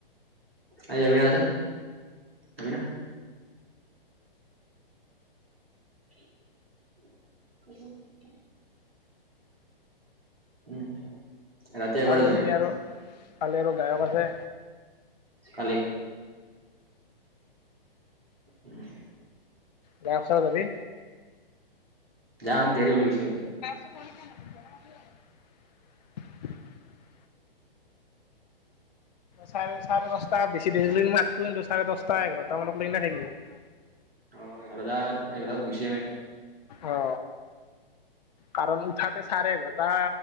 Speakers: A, on the right; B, on the left.
A: আ জমিনা তাতে জমিনা <inaudible> উম, ৰাতি একবাৰো
B: কালি
A: যোৱা নাই।
B: আৰু কালি আৰু গায়ক আছে।
A: কালি উম।
B: গায়ক চাবা যাবি?
A: যাম দেৰিও লৈ গৈছে।
B: <inaudible> চাৰে চাৰে দহটা বেছি দেৰি মাতক কিন্তু চাৰে দহটা এঘাৰটা মানক ল না থাকিম।
A: অ', এগ্ৰ গছ
B: অ'। কাৰণ উঠাতে চাৰে এঘাৰটা,